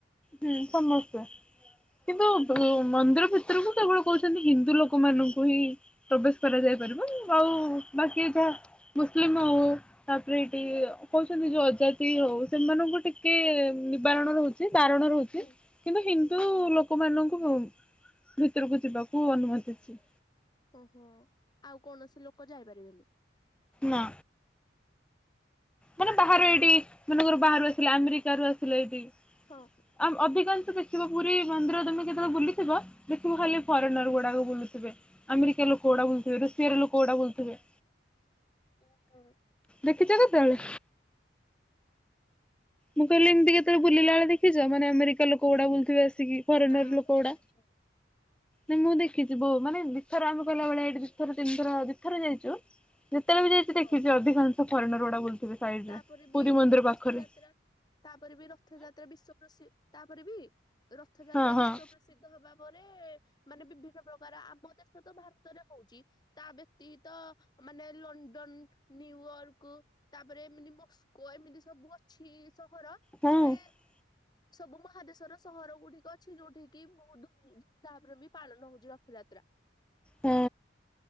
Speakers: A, in the centre; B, on the left.
A: ହୁଁ ସମସ୍ତେ କିନ୍ତୁ ମନ୍ଦିର ଭିତରକୁ କେବଳ କହୁଛନ୍ତି ହିନ୍ଦୁ ଲୋକ ମାନଙ୍କୁ ହିଁ ପ୍ରବେଶ କରାଯାଇ। ଆଉ ବାକି ଏ ଯ ମୁସଲିମ ହୋଉ ତାପରେ ଏଠି କହୁଛନ୍ତି ଯୋଉ ପ୍ରଜାତି ହୋଉ ସେମାନଙ୍କୁ ଟିକେ ନିବାରଣ ରହୁଚି। କାରଣ ରହୁଛି
B: ହୁଁ
A: କିନ୍ତୁ ହିନ୍ଦୁ
B: ହୁଁ
A: ଲୋକ ମାନଙ୍କୁ ଭିତରକୁ ଯିବାକୁ ଅନୁମତିଚି
B: ଓହୋ ଆଉ କୌଣସି ଲୋକ ଯାଇପାରିବେନ।
A: ନା। ମାନେ ବାହାରୁ ଏଇଠି ମାନେଙ୍କର ବାହାରୁ ଆସିଲା ଆମେରିକ ରୁ ଆସିଲା ଏଠି।
B: ହଁ
A: ଆ ଅଧିକାଂଶ ଦେଖିବ ପୁରୀ ମନ୍ଦିର ତମେ କେ ବୁଲୁ ଲଥିବ ଦେଖିବ ମୁଁ ଖା ଫରେନର ଗୁଡାକ ବୁଥିବେମରିକା ଲୋକ ଗୁଡା ବୁବେ ରୁିଆ ର ଲୋକ ଗୁଡା ଥିବ।
B: ଓ ହୋ।
A: ଦେଖିଛ କେତେବେଳେ ମୁଁ କହିଲି ଏମିତି କେତେବେଳେ ବୁିଲା ବେ ଦେଖିଚ ମାନେ ଆମେରିକା ଲୋକ ଗୁଡ ବୁଥିବ ଆ ଫରେନର
B: ନା
A: ଲୋକ
B: ମୁଁ କେବେ
A: ଗୁଡା
B: ଦେଖିନି
A: ନା ମୁଁ ଦେଖିଛି ଯିବ ମାନେ ଦିଇଥର ଆମେ କିଲା ବେଳେ ଏଇଠି ଦିଇଥର ତିନିଥର ଦୁଇଥର ଯାଇଚୁ। ଯେତେବେଳେ ବି ଯାଇଚି
B: ହଁ
A: ଦେଖିଚି ଅଧିକାଂଶ ଫରେଣ ରୋଡା ବୁଲଥେ ସାଇଡରେ
B: ତାପରେ ବି
A: ପୁରୀ ମନ୍ଦିର
B: ରଥଯାତ୍ରା
A: ପାଖରେ।
B: ତାପରେ ବି ରଥଯାତ୍ରା ବିଶ୍ଵ ପ୍ରସିଦ୍ଧ ତାପରେ ବି ରଥଯାତ୍ରା
A: ଆଁ ହଁ
B: ବିଶ୍ଵ
A: ହଁ
B: ପ୍ରସିଦ୍ଧ ହବା ପରେ ମାନେ ବିଭିନ୍ନ ପ୍ରକାର ଆମ ଦେଶ ତ ଭାରତରେ ହୋଉଚି ତା ବ୍ୟତୀତ ମାନେ ଲଣ୍ଡନ ନିୁୟର୍କ ତା ତାପରେ ଏମିତି ମସ୍କୋ ଏମିତି ସବୁ ଅଛି ସହର
A: ହଁ
B: ମାନେ ସବୁ ମହାଦେଶର ସହର ଗୁଡିକ ଅଛି ଯୋଉଠି କିି ବହୁତମ ଧୁମଧାମରେ ବି ପାଳନ ହଉଛି ରଥ ଜା ଯାତ୍ରା।
A: ହଁ